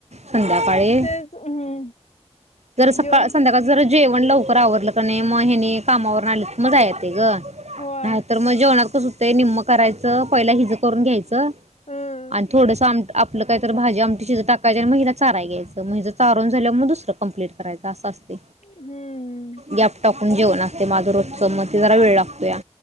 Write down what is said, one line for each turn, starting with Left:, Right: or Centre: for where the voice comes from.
Right: संध्याकाळी
Left: मग तेच हम्म
Right: जर सकाळ
Left: जेवण
Right: संध्याकाळ जर जेवण लवकर आवरलं कनी म हेनी कामावरन आलीत की म जायाय येतय गं.
Left: होय
Right: नाही तर म जेवणा होतंय निम्म करायचं पहिला हीज करून घ्यायं, च
Left: हम्म
Right: आणि थोडस आमट आपलं काही तर भाजी आमटी शिजंत टाकायच आणि मला हिला चाराय घ्यायचं म हिज चारून झाल्या म्ह म दुसर कंप्लीट करायचं आसं असतय
Left: हम्म
Right: गॅप टाकून जेवण असतय माझं रोजच मग ते जरा वेळ लागतोया